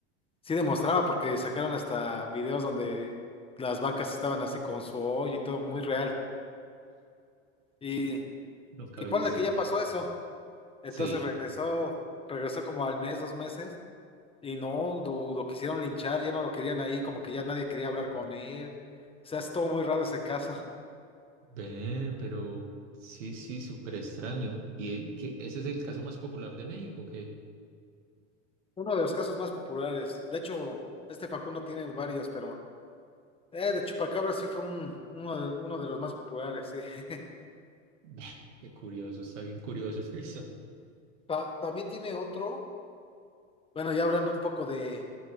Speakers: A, on the left; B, on the right.
A: sí demostraba, porque sacaron hasta videos donde las vacas estaban así con su hoyo y todo muy real. Y,
B: nunca
A: y ponle
B: he visto,
A: que ya
B: ¿no?
A: pasó eso. Entonces
B: Sí,
A: regresó, regresó como al mes, dos meses. Y no, lo, lo quisieron linchar, ya no lo querían ahí, como que ya nadie quería hablar con él. O sea, estuvo muy raro ese caso.
B: ve, pero sí, sí, súper extraño. ¿Y que ese es el caso más popular de México? ¿Qué?
A: <laughs> Uno de los casos más populares. De hecho, este Facundo tiene varios, pero eh, de Chupacabra sí fue un, uno de, uno de los más populares, sí. <laughs>
B: Ve, qué curioso, está bien curioso <laughs> eso.
A: Ta- también tiene otro. Bueno, ya hablando un poco de,